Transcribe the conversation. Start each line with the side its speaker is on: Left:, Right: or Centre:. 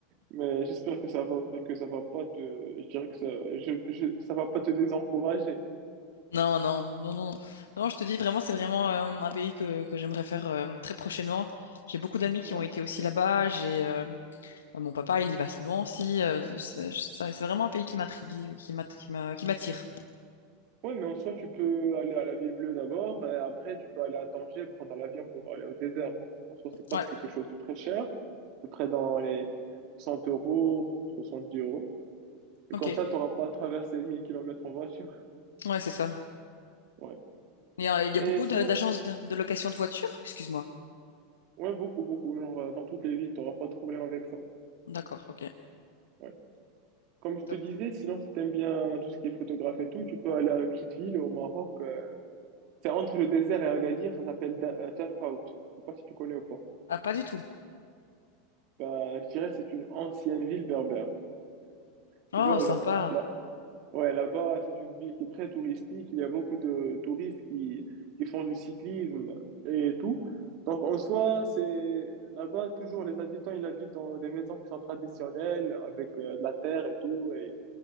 Right: mais j'espère que ça va, que ça va pas te, je dirais que ça, je, je- ça va pas te désencourager.
Left: Non, non, non, non. Non, je te dis vraiment, c'est vraiment euh, un pays que, que j'aimerais faire euh, très prochainement. J'ai beaucoup d'amis qui
Right: Ouais.
Left: ont été aussi là-bas. J'ai euh, mon papa, il y va souvent aussi. euh, c'est c'est- c'est vraiment un pays qui m'intrigue, qui m'att- qui m'a- qui m'attire.
Right: Oui, mais en soi, tu peux aller à la Ville Bleue d'abord, et après, tu peux aller à Tanger, prendre l'avion pour aller au désert. En soi, c'est pas
Left: Ouais,
Right: quelque chose de très cher, à peu près dans les 100 euros, 70 euros. Et
Left: ok.
Right: comme ça, tu n'auras pas à traverser 1000 kilomètres en voiture.
Left: Ouais, c'est ça.
Right: <laughs> Ouais.
Left: Il y a, il y
Right: Et
Left: a beaucoup
Right: sinon,
Left: de- d'agences de, de location de voitures? Excuse-moi.
Right: ouais, beaucoup, beaucoup. Genre, euh, dans toutes les villes, tu n'auras pas de problème avec ça.
Left: D'accord, ok.
Right: Ouais. Comme je te
Left: Top.
Right: disais, sinon, si t'aimes bien tout ce qui est photographe et tout, tu peux aller à une petite ville au Maroc. euh, c'est entre le désert et Agadir, ça s'appelle Da- euh, Tafraout. Je sais pas si tu connais ou pas.
Left: Ah, pas du tout.
Right: Ben, je dirais que c'est une ancienne ville berbère. Tu
Left: Oh,
Right: vois,
Left: sympa.
Right: genre là, là- ouais, là-bas, c'est une ville qui est très touristique. Il y a beaucoup de touristes qui, qui font du cyclisme et tout. Donc, en soi, c'est là-bas, toujours les habitants, ils habitent dans des maisons qui sont traditionnelles, avec euh, de la terre et tout, et,